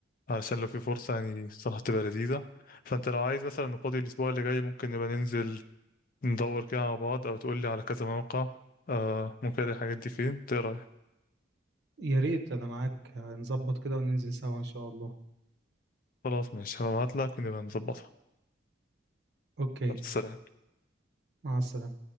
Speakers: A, on the left; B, on the right.
A: علشان لو في فرصه يعني الصراحه تبقى لذيذه فانت لو عايز مثلا فاضي الاسبوع اللي جاي ممكن نبقى ننزل ندور كده مع بعض او تقول لي على كذا موقع آه ممكن الاقي الحاجات دي فين إنت ايه رايك
B: يا ريت أنا معاك هنظبط كده وننزل سوا إن شاء الله
A: خلاص ماشي هبعت لك ونبقى نظبطها
B: أوكي
A: خلاص، سلام
B: مع السلامة